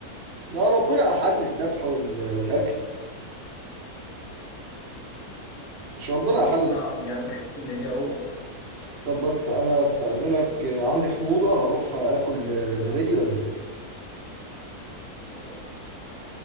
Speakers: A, on the right (about 60°); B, on the left (about 75°).
A: ما ربنا احل الذبح وال... والاكل مش ربنا
B: بتصعب
A: احل
B: يعني بحس ان هي روح
A: طب بس انا استأذنك آه، عندي حموضة هروح اكل آه، زبادي واجي
B: اتفضل اتفضل